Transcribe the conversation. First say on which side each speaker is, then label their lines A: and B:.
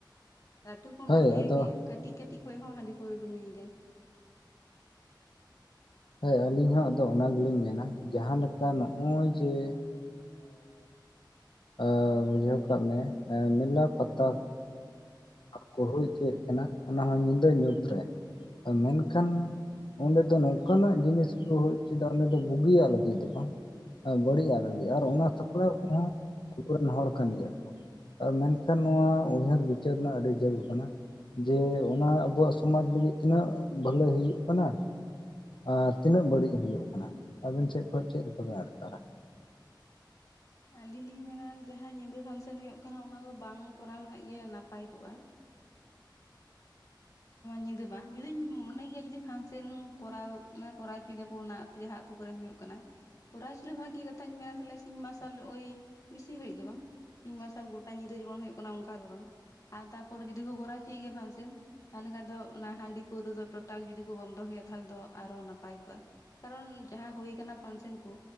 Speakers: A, on the left (about 45°); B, on the left (about 80°).
A: ᱞᱟᱹᱴᱩ ᱠᱚᱢᱟ
B: ᱦᱳᱭ
A: ᱦᱮᱸ
B: ᱟᱫᱚ
A: ᱜᱮ ᱠᱟᱹᱴᱤᱡ ᱠᱟᱹᱴᱤᱡ ᱠᱩᱪ ᱦᱚᱸ ᱦᱟᱺᱰᱤ ᱯᱟᱹᱣᱨᱟᱹ ᱠᱚ ᱧᱩᱭᱮᱫᱟ
B: ᱦᱳᱭ ᱟᱹᱞᱤᱧ ᱦᱚᱸ ᱟᱫᱜ ᱚᱱᱟ ᱜᱮᱞᱤᱧ ᱢᱮᱱᱟ ᱡᱟᱦᱟᱸ ᱞᱮᱠᱟ ᱱᱚᱜᱼᱚᱭ ᱡᱮ ᱮᱸᱻ ᱵᱩᱡᱷᱟᱹᱣ ᱠᱟᱜ ᱢᱮ ᱢᱮᱞᱟ ᱯᱟᱛᱟ ᱠᱚ ᱦᱩᱭᱪᱮᱫ ᱠᱟᱱᱟ ᱚᱱᱟᱦᱚᱸ ᱧᱤᱫᱟᱹ ᱧᱩᱛᱨᱮ ᱢᱮᱱᱠᱷᱟᱱ ᱚᱸᱰᱮ ᱫᱚ ᱱᱚᱝᱠᱟᱱᱟᱜ ᱡᱤᱱᱤᱥ ᱠᱚ ᱦᱩᱭ ᱦᱚᱪᱚᱭᱫᱟ ᱚᱸᱰᱮ ᱫᱚ ᱵᱩᱜᱤᱭᱟᱜ ᱞᱟᱹᱜᱤᱫ ᱫᱚ ᱵᱟᱝ ᱵᱟᱹᱲᱤᱡᱼᱟᱜ ᱞᱟᱹᱜᱤᱫ ᱟᱨ ᱚᱱᱟ ᱥᱟᱯᱲᱟᱣ ᱠᱚᱦᱚᱸ ᱟᱵᱚᱨᱮᱱ ᱦᱚᱲ ᱠᱟᱱ ᱜᱮᱭᱟ ᱠᱚ ᱟᱨ ᱢᱮᱱᱠᱷᱟᱱ ᱱᱚᱣᱟ ᱩᱭᱦᱟᱹᱨ ᱵᱤᱪᱟᱹᱨ ᱨᱮᱱᱟᱜ ᱟᱹᱰᱤ ᱡᱟᱹᱨᱩᱲ ᱠᱟᱱᱟ ᱡᱮ ᱚᱱᱟ ᱟᱵᱩᱣᱟᱜ ᱥᱚᱢᱟᱡᱽ ᱞᱟᱹᱜᱤᱫ ᱛᱤᱱᱟᱹᱜ ᱵᱷᱟᱹᱞᱟᱹᱭ ᱦᱩᱭᱩᱜ ᱠᱟᱱᱟ ᱟᱨ ᱛᱤᱱᱟᱹᱜ ᱵᱟᱹᱲᱤᱡ ᱦᱩᱭᱩᱜ ᱠᱟᱱᱟ ᱟᱵᱮᱱ ᱥᱮᱡ ᱠᱷᱚᱡ ᱪᱮᱫ ᱞᱮᱠᱟ ᱵᱮᱱ ᱟᱴᱠᱟᱨᱟ
A: ᱟᱞᱤᱧ ᱞᱤᱧ ᱢᱮᱱᱟ ᱡᱟᱦᱟᱸ ᱧᱤᱫᱟᱹ ᱯᱷᱟᱱ ᱥᱮᱱ ᱦᱩᱭᱩᱜ ᱠᱟᱱᱟ ᱚᱱᱟ ᱫᱚ ᱵᱟᱝ ᱠᱚᱨᱟᱣ ᱞᱮᱠᱷᱟᱱ ᱜᱮ ᱱᱟᱯᱟᱭ ᱠᱚᱜᱼᱟ ᱧᱤᱫᱟᱹ ᱵᱟᱝ ᱡᱩᱫᱤᱧ ᱢᱚᱱᱮᱭ ᱜᱮᱭᱟ ᱡᱩᱫᱤ ᱯᱷᱟᱱ ᱥᱮᱱ ᱠᱚᱨᱟᱣ ᱢᱟᱱᱮ ᱠᱚᱨᱟᱣ ᱦᱚᱪᱚᱭ ᱫᱟᱠᱚ ᱚᱱᱟ ᱡᱟᱦᱟᱸ ᱟᱛᱩ ᱠᱚᱨᱮ ᱦᱩᱭᱩᱜ ᱠᱟᱱᱟ ᱠᱚᱨᱟᱣ ᱪᱩ ᱵᱷᱟᱹᱜᱤ ᱠᱟᱛᱷᱟᱧ ᱢᱮᱱᱟ ᱛᱟᱦᱞᱮ ᱥᱤᱧ ᱢᱟᱨᱥᱟᱞ ᱚᱭ ᱵᱤᱥᱤ ᱜᱷᱟᱹᱲᱤᱡ ᱫᱚ ᱵᱟᱝ ᱥᱤᱧ ᱢᱟᱨᱥᱟᱞ ᱜᱚᱴᱟ ᱧᱤᱫᱟᱹ ᱡᱮᱢᱚᱱ ᱦᱩᱭᱩᱜ ᱠᱟᱱᱟ ᱚᱱᱠᱟ ᱫᱚ ᱵᱟᱝ ᱟᱨ ᱛᱟᱨᱯᱚᱨᱮ ᱡᱩᱫᱤ ᱠᱚ ᱠᱚᱨᱟᱣ ᱚᱪᱚᱭᱮᱫ ᱜᱮᱭᱟ ᱯᱷᱟᱱᱥᱮᱱ ᱛᱟᱦᱚᱞᱮ ᱠᱷᱟᱱ ᱫᱚ ᱚᱱᱟ ᱦᱟᱺᱰᱤ ᱯᱟᱹᱣᱨᱟᱹ ᱫᱚ ᱴᱳᱴᱟᱞ ᱡᱩᱫᱤ ᱠᱚ ᱵᱚᱱᱫᱚ ᱠᱮᱭᱟ ᱛᱟᱦᱚᱞᱮ ᱫᱚ ᱟᱨᱚ ᱦᱚᱸ ᱱᱟᱯᱟᱭ ᱠᱚᱜᱼᱟ ᱠᱟᱨᱚᱱ ᱡᱟᱦᱟᱸ ᱦᱩᱭ ᱠᱟᱱᱟ ᱯᱷᱟᱱᱥᱮᱱ ᱠᱩ